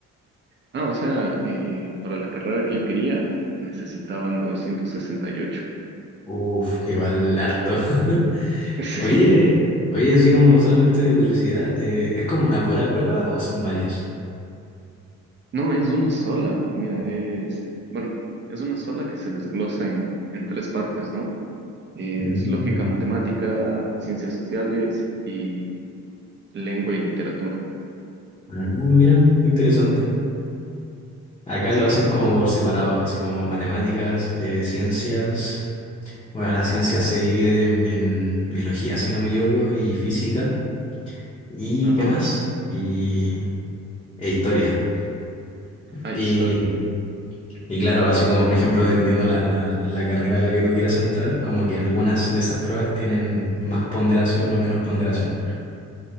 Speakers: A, on the right; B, on the left.
A: Ah, o sea, eh, para la carrera que yo quería necesitaba novecientos sesenta y ocho
B: Uf, igual harto. <laughs>
A: <laughs> Sí,
B: Oye, oye, así como solamente de curiosidad, eh, ¿es como una pura prueba o son varias?
A: no, es una sola. Mira, es, bueno, es una sola que se desglosa en, en tres partes, ¿no? Es
B: Mm.
A: lógica matemática, ciencias sociales y Lengua y literatura.
B: Ah, mira, interesante. Acá
A: Sí.
B: lo hacen como por separado, así como matemáticas, eh, ciencias. Bueno, la ciencia se divide en, en biología, si no me equivoco, y física, y
A: Ajá.
B: qué más, y, e historia.
A: Ah,
B: Y,
A: historia.
B: y claro, así como por ejemplo, dependiendo la, la, la carrera a la que tú quieras entrar, como que algunas de esas pruebas tienen más ponderación o menos ponderación.